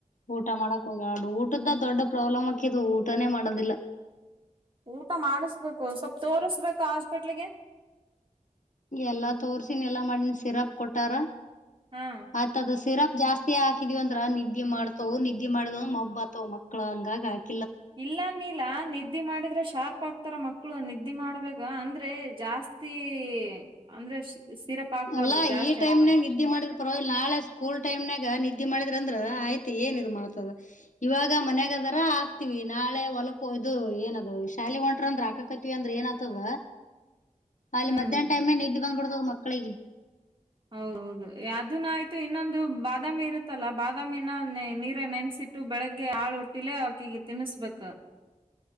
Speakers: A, on the left; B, on the right.
A: ಊಟ ಮಾಡಕ್ ಹೋಗ್ಯಾಳ ನೋಡ ಊಟದ್ದ ದೊಡ್ಡ ಪ್ರಾಬ್ಲಮ್ ಹಾಕಿದು ಊಟಾನೇ ಮಾಡೊದಿಲ್ಲ.
B: ಊಟ ಮಾಡಿಸ್ಬೇಕು ಸ್ವಲ್ಪ ತೋರಿಸ ಬೇಕು ಹಾಸ್ಪಿಟಲ್ಗೆ.
A: ಎಲ್ಲಾ ತೋರಸಿನಿ ಎಲ್ಲಾ ಮಾಡಿನ ಸಿರಪ್ ಕೊಟ್ಟಾರ
B: ಹಾ
A: ಆತ ಅದ ಸಿರಪ್. ಜಾಸ್ತಿ ಹಾಕಿದಿವಿ ಅಂದ್ರ ನಿದ್ದೆ ಮಾಡ್ತಾವ ನಿದ್ದೆ ಮಾಡಿದಿವ ಮಬ್ಬ ಆಗತಾವು ಮಕ್ಕಳು ಹಂಗಾಗ ಹಾಕ.
B: ಇಲ್ಲಾ ನೀಲಾ ನಿದ್ದಿ ಮಾಡಿದ್ರೆ ಶಾರ್ಪ್ ಆಗ್ತ. ಈ ತರ ಮಕ್ಕಳು ನಿದ್ದಿ ಮಾಡ್ಬೇಕ ಅಂದ್ರೆ ಜಾಸ್ತಿ ಅಂದ್ರೆ. ಸಿರಪ್ ಹಾಕ್ಬಾರ್ದು
A: ಅಲ್ಲಾ
B: ಜಾಸ್ತಿ
A: ಈ ಟೈ
B: ಹಾಕ್ಬಾರ್ದು
A: ನ್ಯಾಗ ನಿದ್ದೆ ಮಾಡಿದ್ ಪರವಾಗಿ ನಾಳೆ ಸ್ಕೂಲ್ ಟೈಮ ನ್ಯಾಗ ನಿದ್ದಿ. ನಿದ್ದಿ ಮಾಡಿದ್ರ ಅಂದ್ರ ಆಯ್ತು ಏನ್ ಇ ಮಾಡ್ತದ ಇವಾಗ ಮನ್ಯಾಗ ಅದಾರ ಆಗ. ಹವಿ ನಾಳೆ ಹೊಲಕ್ಕೋ ಇದು ಏನದು ಶಾಲೆಗೆ ಹೊಂಟ್ರ ಅಂದ್ರೆ ಹಕಕತ್ತವಿ ಅಂದ್ರ ಏನ್ ಆತವ ಅಲ್ಲಿ
B: ಹ್ಮ್
A: ಮಧ್ಯಾಹ್ನ ಟೈಮನ್ಯಾಗ ನಿದ್ದಿ ಬಂದ ಬಿಡ್ತದ್ ಮಕ್ಕಳಿಗೆ.
B: ಹೌದೌದು ಅದನ್ ಆಯ್ತು ಇನ್ನೊಂದು ಬಾದಾಮಿ ಇರುತ್ತಲ್ಲ ಬಾಮ. ದಾಮಿನ ನೀರ ನೆನ್ಸಿಟ್ಟು ಬೆಳಿಗ್ಗೆ ಆಳ ಹೊಟ್ಟಿಲೆೇ ಅಕ್ಕಿಗೆ ತಿನಸಬೇಕ. <inaudible>